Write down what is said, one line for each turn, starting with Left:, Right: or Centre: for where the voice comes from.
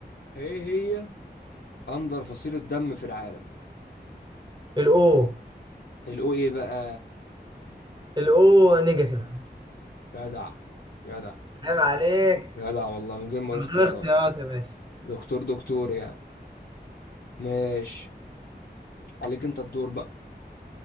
Left: ايه هي اندر فصيلة دم في العالم
Right: الاو
Left: الاو ايه بقى
Right: الاو نيجاتيف
Left: جدع جدع
Right: عيب عليك
Left: جدع والله من غير ما اقول
Right: من
Left: اختيارات
Right: غير اختيارات يا باشا
Left: دكتور دكتور يعني ماشي عليك انت الدور بقى